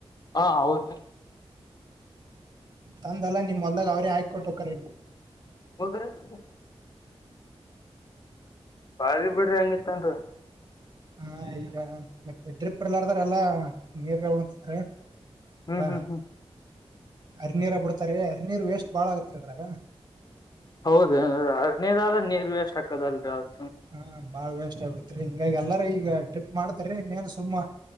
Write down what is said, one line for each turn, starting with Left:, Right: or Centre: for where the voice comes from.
Left: ಹಾ ಹೌದ
Right: ತಂದೆಲ್ಲ ನಿಮ್ ಹೊಲ್ದಾಗ ಅವ್ರೇ ಹಾಕೊಟ್ ಹೊಕಾರಿ.
Left: ಹದ್ರೆ <unintelligible> ಬಾರಿ ಬಿಡ್ರಿ ಹೆಂಗಿತ್ತಂದ್ರೆ.
Right: ಹಾ ಈಗ ಮತ್ತೆ ಡ್ರಿಪ್ ಇಲ್ಲಾರದಾರೆಲ್ಲ ನೀರ್ಗ ಉಣ್ಣತಾರೆ.
Left: ಹ್ಮ್
Right: ಹ
Left: ಹ್ಮ್ ಹ್ಮ್
Right: ಹರಿನೀರ ಬಿಡ್ತಾರೆ ಹರಿನೀರ್ ವೇಸ್ಟ್. ಬಾಳ ಆಗತ್ತರ್ದ್ರಾಗ.
Left: ಹೌದ ಅರನೇರ ಆದ್ರ ನೀರ್ ವೇಷ್ಟ ಹಾಕದಲ್ರಿ ಅ
Right: ಹಾ ಬಾಳ್ ವೇಸ್ಟ ಆಗ್ಬಿಡ್ತ್ರಿ ಹಿಂಗಾಗಿ ಎಲ್ಲಾರ ಈಗ ಟ್ರಿಪ್ ಮಾಡ್ತಾರಿ ಇನ್ನೇನ್ ಸುಮ್ಮ